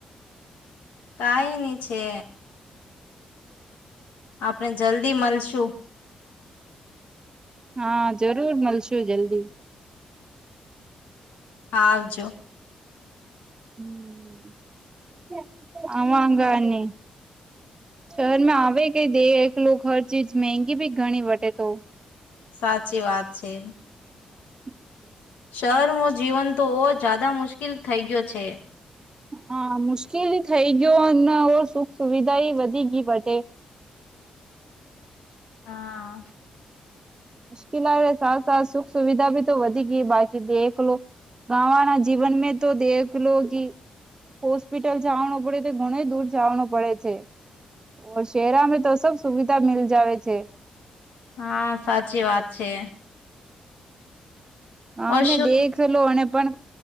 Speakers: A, on the left; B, on the right.
A: કાઈની છે. આપણે જલ્દી મલશુ.
B: હા જરૂર મળશુ જલ્દી.
A: હા આવજો.
B: હમ આવા ગ ન. શહેરમાં આવે કે દે એકલો હર ચીજ મેહગી ભી ઘણી વટે તો.
A: સાચી વાત છે.
B: હમ
A: શરમાં જીવન તોવો જાદા મુશ્કેલ થઈ ગયો છે.
B: હા મુશ્કેલી થઇ ગયો અને સુખ સુવિધા એ વધી ગઈ પટે <inaudible>
A: હા.
B: મુશ્કેલા એ સાર સાર સુખ સુવિધા ભી તો વધી ગઈ બાકી દેખલો ગાવા ના જીવન મે તો દેખ લો કી હોસ્પિટલ જવાનું પડે તો ઘણ દૂર જવાનું પડે છે. ઓ શહેરામાં તો સબ સુવિધા મિલ જાવે છે.
A: હા સાચી વાત છે.
B: હામે
A: ઓર શું
B: દેખલો અને પણ